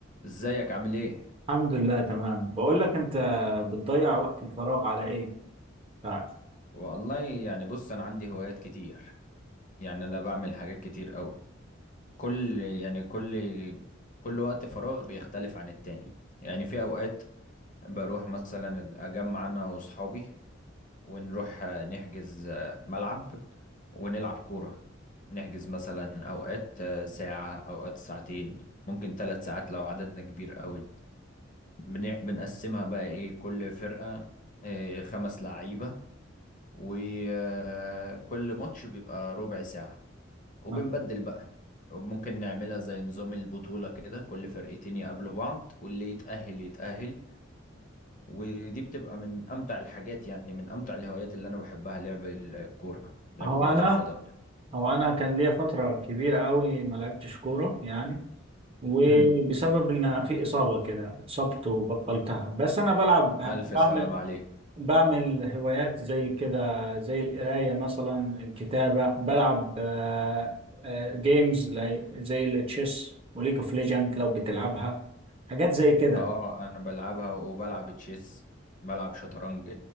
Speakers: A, on the left (about 40°); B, on the right (about 30°).
A: ازيك عامل ايه
B: الحمد لله تمام بقول لك انت بتضيع وقت الفراغ على ايه بتاعك
A: والله يعني بص انا عندي هوايات كتير يعني انا بعمل حاجات كتير قوي كل يعني كل كل وقت فراغ بيختلف عن التاني يعني في اوقات بروح مثلا اجمع انا واصحابي ونروح آه، نحجز آه، ملعب ونلعب كورة نحجز مثلا اوقات آه، ساعة اوقات ساعتين ممكن ثلاث ساعات لو عددنا كبير قوي بن- بنقسمها بقى ايه كل فرقة آه، خمس لعيبة وكل ماتش بيبقى ربع ساعة وبنبدل
B: آه.
A: بقى ممكن نعملها زي نظام البطولة كده كل فرقتين يقابلوا بعض واللي يتأهل يتأهل ودي بتبقى من أمتع الحاجات يعني من أمتع الهوايات اللي أنا بحبها لعب الكورة لعب
B: هو
A: كرة
B: انا
A: القدم
B: هو انا كان ليا فترة كبيرة قوي ما لعبتش كورة يعني وبسبب
A: امم
B: ان في إصابة كده اتصبت وبطلتها بس انا بلعب
A: ألف
B: بعمل
A: سلام عليك
B: بعمل هوايات زي كده زي القراية مثلا الكتابة بلعب آه، آه، جيمز لي- زي التشيس وليج اوف ليجند لو بتلعبها حاجات زي كده
A: اه أنا بلعبها وبلعب تشيس بلعب شطرنج